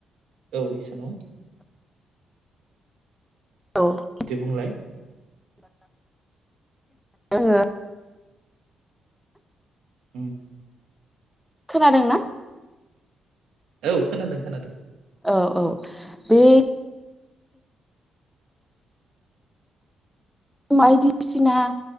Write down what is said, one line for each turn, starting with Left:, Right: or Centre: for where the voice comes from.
Right: औ हिसानाव
Centre: औ
Right: दे बुंलाय
Centre: <unintelligible> <unintelligible>
Right: उम।
Centre: खोनादोंना?
Right: औ खोनादों खोनादों।
Centre: औ औ बे बायदिसिना